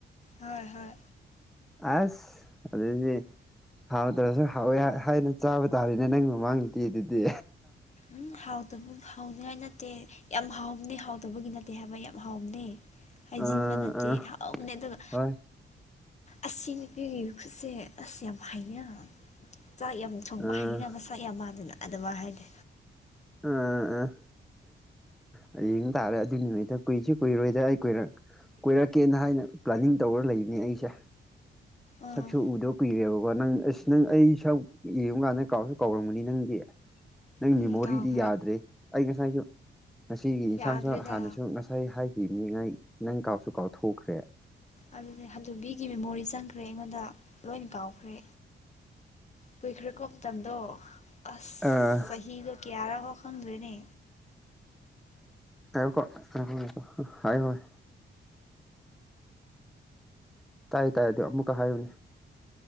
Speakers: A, on the left; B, in the centre.
A: ꯍꯣꯏ ꯍꯣꯏ
B: ꯑꯁ ꯑꯗꯨꯗꯗꯤ ꯍꯥꯎꯗ꯭ꯔꯁꯨ ꯍꯥꯎꯋꯦ ꯍꯥꯏꯅ ꯆꯥꯕ ꯇꯥꯔꯤꯅꯦ ꯅꯪꯒꯤ ꯃꯃꯥꯡꯗꯗꯤ ꯑꯗꯨꯗꯤ
A: ꯎꯝ ꯍꯥꯎꯗꯕ ꯍꯥꯎꯅꯤꯡꯉꯥꯏ ꯅꯠꯇꯦ ꯌꯥꯝ ꯍꯥꯎꯅꯤ ꯍꯥꯎꯗꯕꯒꯤ ꯅꯠꯇꯦ ꯍꯥꯏꯕ ꯌꯥꯝ ꯍꯥꯎꯅꯤ
B: ꯑꯥ
A: ꯍꯩꯖꯤꯟꯕ ꯅꯠꯇꯦ
B: ꯑꯥ
A: ꯍꯥꯎꯅꯦ ꯑꯗꯨꯒ
B: ꯍꯣꯏ
A: ꯑꯁꯤꯁꯤꯅꯄꯤ ꯈꯨꯁꯦ ꯑꯁꯤꯁꯤ ꯌꯥꯝ ꯍꯥꯏꯩ ꯆꯥꯛ ꯌꯥꯝ ꯊꯣꯡꯕ
B: ꯑꯥ
A: ꯍꯩꯅ ꯃꯁꯥꯛ ꯌꯥꯝ ꯃꯥꯥꯟꯗꯅ ꯑꯗꯨꯃꯥꯏꯅ ꯍꯥꯏꯗꯤ
B: ꯎꯝ ꯎ ꯍꯌꯦꯡ ꯇꯥꯔꯦ ꯑꯗꯨꯏ ꯅꯨꯃꯤꯠꯇ ꯀꯨꯏꯁꯤ ꯀꯨꯏꯔꯣꯏꯗ ꯑꯩ ꯀꯨꯏꯔꯛ ꯀꯣꯏꯔꯛꯀꯦꯅ ꯍꯥꯏꯅ ꯄ꯭ꯂꯥꯅꯤꯡ ꯇꯧꯔ ꯂꯩꯕꯅꯤ ꯑꯩꯁꯦ
A: ꯑꯥ
B: ꯁꯛꯁꯨ ꯎꯗꯧ ꯀꯨꯏꯔꯦꯕꯀꯣ ꯅꯪ ꯑꯁ ꯅꯪ ꯑꯩ ꯁꯛ ꯌꯦꯡꯨꯕ ꯀꯥꯟꯗ ꯀꯥꯎꯁꯨ ꯀꯥꯎꯔꯝꯃꯅꯤ ꯅꯪꯗꯤ <unintelligible>
A: ꯎꯝ
B: ꯃꯦꯃꯣꯔꯤꯗꯤ
A: ꯇꯥꯎ
B: ꯌꯥꯗ꯭ꯔꯦ ꯑꯩ ꯉꯁꯥꯏꯁꯨ ꯉꯁꯤꯒꯤ ꯌꯦꯟꯁꯥꯡꯁꯨ
A: ꯌꯥꯗ꯭ꯔꯦꯗ
B: ꯍꯥꯟꯅꯁꯨ ꯉꯁꯥꯏ ꯍꯥꯏꯈꯤꯕꯅꯤ ꯉꯥꯏ ꯅꯪ ꯀꯥꯎꯁꯨ ꯀꯥꯎꯊꯣꯛꯈ꯭ꯔꯦ
A: ꯑꯗꯨꯗꯤ ꯍꯝꯖꯕꯤꯒꯤ ꯃꯦꯃꯣꯔꯤ ꯆꯪꯈ꯭ꯔꯦ ꯑꯩꯉꯣꯟꯗ ꯂꯣꯏꯅ ꯀꯥꯎꯈ꯭ꯔꯦ ꯀꯨꯏꯈ꯭ꯔꯦꯀꯣ ꯃꯇꯝꯗꯣ ꯑꯁ
B: ꯑꯥ
A: ꯆꯍꯤꯗꯣ ꯀꯌꯥꯔꯥꯒꯥꯎ ꯈꯪꯗ꯭ꯔꯣꯏꯅꯦ
B: ꯑ ꯀꯣ ꯍꯣꯏꯣ ꯍꯥꯏ ꯍꯣꯏ ꯇꯥꯏꯌꯦ ꯇꯥꯏ ꯑꯗꯨ ꯑꯃꯨꯛꯀ ꯍꯥꯏꯌꯨꯅꯦ